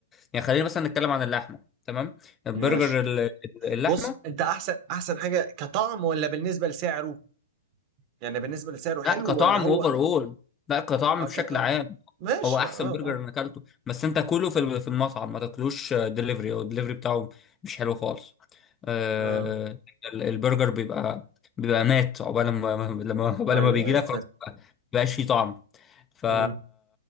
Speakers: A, on the left; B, on the right.
A: يعني خلينا مثلا نتكلم عن اللحمه تمام البرجر
B: ماشي
A: ال- ال- اللحمه
B: بص انت احسن احسن حاجه كطعم ولا بالنسبه لسعره؟ يعني بالنسبة لسعره حلو
A: لا كطعم
B: ولا هو
A: اوفر اول لا كطعم
B: اه
A: بشكل
B: كده
A: عام
B: ماشي
A: هو احسن
B: لا اه
A: برجر
B: اه
A: انا اكلته بس انت كله في الم- في المطعم ما تاكلوش دليفري او الدليفري بتاعه مش حلو خالص آه،
B: اه
A: ال- البرجر بيبقى بيبقى مات عقبال ما ما- لما عقبال
B: ايوه
A: ما بيجي
B: ايوه
A: لك خلاص
B: فاهم
A: بقى- بقاش فيه طعم ف
B: مم،